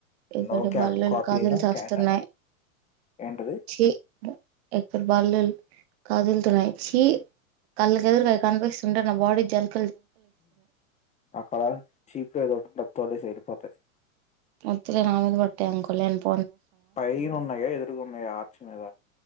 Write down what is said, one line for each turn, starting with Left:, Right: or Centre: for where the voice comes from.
Right: ఇక్కడ
Left: నో క్యాప్
Right: బల్లలు
Left: కాపీ
Right: కాజలు
Left: అయినా
Right: చస్తున్నాయి
Left: క్యాట్ ఏంటిది
Right: చి ఇక్కడ బల్లులు కదులుతున్నాయి చి కళ్ళకి ఎదురుగా అవి కనిపిస్తుంటే నా బాడీ జల్
Left: అక్కడ చీపిరి ఏదో ఒకటి తోలిసే వెళ్లిపోతాయి
Right: వద్దులే నా మీద పడ్డాయి అనుకో లేనిపోని
Left: పైన ఉన్నాయా ఎదురుగాన్నాయా ఆచ మీద